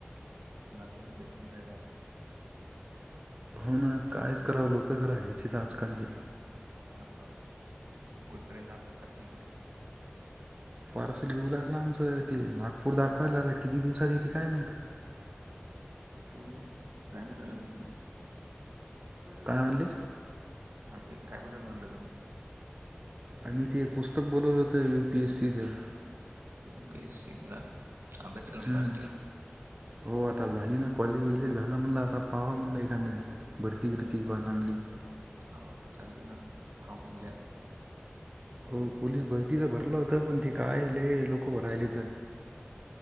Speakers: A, on the right (about 65°); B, on the right (about 25°).
A: कुणाला पून भेटून घयला
B: हो ना काहीच करावं लोकच राहायची तर आजकालची
A: हा कुठपर्यंत आपलं पार्सल कुठे
B: पार्स घ येऊ लागला आमचं ते नागपूर दाखवायला आता किती दिवसात येते काय माहिित
A: अू काय बोटाल मी
B: काय म्हणली
A: अ काय बोलेल म्हटलं तुम्ही
B: आम्ही तेे एक पुस्तक बोलवत होत यूपीएससीचं
A: एम पी एस सीस का अ बेसल
B: हम्म.
A: ग वाटे
B: हो आता झाली ना कॉलेजलेज झालं म्हणलं आता पाहा म्हणलं एखने भरती करती पाज आणली
A: हो चलते ना का निघता
B: हो पोललीस भरतीच भरला होत पण ते कायले लोक भ राहिले तर